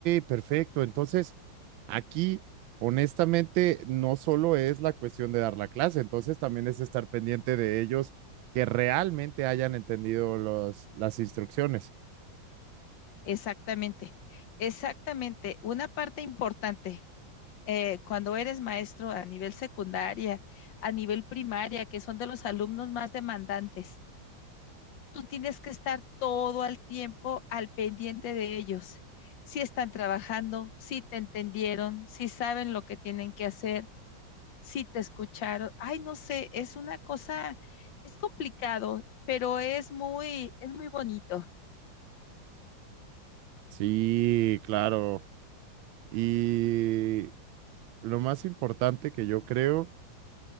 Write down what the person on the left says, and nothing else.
Exactamente, exactamente. Una parte importante, eh, cuando eres maestro a nivel secundaria, a nivel primaria, que son de los alumnos más demandantes, tú tienes que estar todo el tiempo al pendiente de ellos. Si están trabajando, si te entendieron, si saben lo que tienen que hacer, si te escucharon. Ay, no sé, es una cosa, es complicado, pero es muy, es muy bonito.